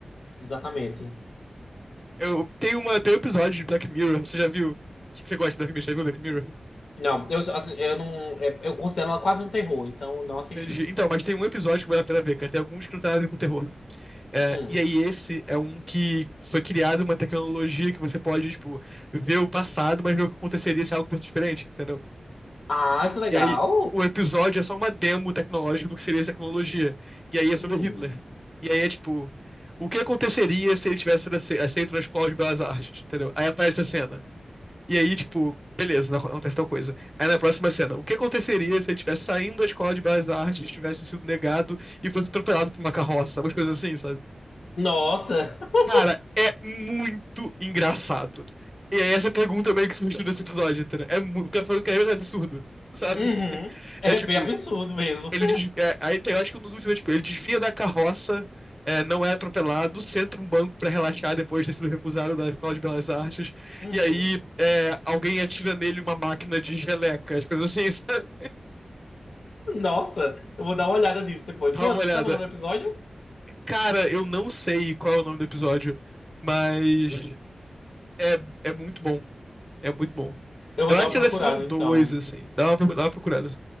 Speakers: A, on the left (about 85°); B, in the centre.
A: Exatamente.
B: Eu tenho uma, tem um episódio de Black Mirror, você já viu? Você gosta de Black Mirror? Já viu Black Mirror?
A: Não, eu, assim, eu não. é, Eu considero ela quase um terror, então não assisti.
B: Entendi. Então, mas tem um episódio que vale a pena ver, cara. Tem alguns que não tem nada a ver com terror. É,
A: Hum.
B: e aí, esse é um que foi criado uma tecnologia que você pode, tipo, ver o passado, mas ver o que aconteceria se algo fosse diferente, entendeu?
A: Ah, que legal!
B: E aí, o episódio é só uma demo tecnológica do que seria essa tecnologia. E aí é sobre
A: Hum.
B: Hitler. E aí é tipo, o que aconteceria se ele tivesse sido ace- aceito na escola de belas artes, entendeu? Aí aparece a cena. E aí, tipo, beleza, não acon- acontece tal coisa. Aí na próxima cena, o que aconteceria se ele estivesse saindo da escola de belas artes, tivesse sido negado e fosse atropelado por uma carroça, umas coisas assim, sabe?
A: Nossa! <laughs>
B: Cara, é muito engraçado. E aí essa pergunta meio que surgiu desse episódio, entendeu? É muito, porque eu quero é absurdo, sabe?
A: Uhum. É
B: É tipo,
A: bem absurdo mesmo.
B: ele desvia, é, aí tem, eu acho que no último tipo, ele desvia da carroça, é, não é atropelado, senta um banco pra relaxar depois de ter sido recusado da Escola de Belas Artes,
A: Uhum.
B: e aí é, alguém atira nele uma máquina de geleca, as coisas assim, <laughs> sabe?
A: Nossa, eu vou dar uma olhada nisso depois.
B: Dá
A: Qual-
B: uma olhada.
A: Sabe o nome do episódio?
B: Cara, eu não sei qual é o nome do episódio, mas é, é muito bom. É muito bom.
A: Eu vou
B: Eu
A: dar
B: acho
A: uma
B: que
A: procurada,
B: é da Season 2,
A: então.
B: assim. Dá uma, dá uma procurada.